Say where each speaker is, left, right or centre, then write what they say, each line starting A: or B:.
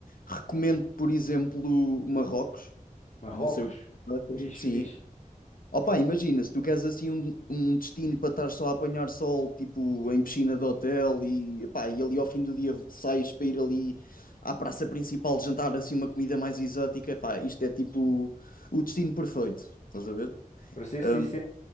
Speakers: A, on the left; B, on the left.
A: recomendo, por exemplo, Marrocos,
B: Marrocos,
A: não sei o que... tu achas.
B: fixe,
A: Sim,
B: fixe.
A: Opa, imagina, se tu queres assim um, um destino para estar só a apanhar sol, tipo em piscina de hotel e, epá, e ali ao fim do dia sais para ir ali à praça principal jantar assim uma comida mais exótica, epá, isto é tipo o destino perfeito, estás a ver?
B: Para ser
A: Ahm,
B: sincero,